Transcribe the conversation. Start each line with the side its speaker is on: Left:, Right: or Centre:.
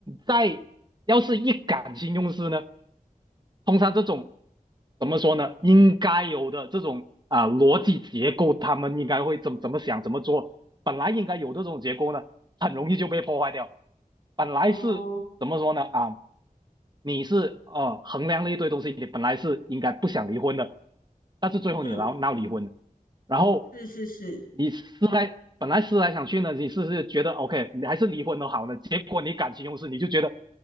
Right: 在要是一感情用事呢？通常这种怎么说呢？应该有的这种啊、逻辑结构，他们应该会怎怎么想、怎么做？本来应该有的这种结构呢，很容易就被破坏掉。本来是怎么说呢？
Left: 哦，
Right: 啊，你是呃衡量了一堆东西，你本来是应该不想离婚的，但是最后你闹闹离婚了，
Left: 嗯，
Right: 然后
Left: 是是是。
Right: 你思来本来思来想去呢，你是是觉得 OK，你还是离婚都好呢，结果你感情用事，你就觉得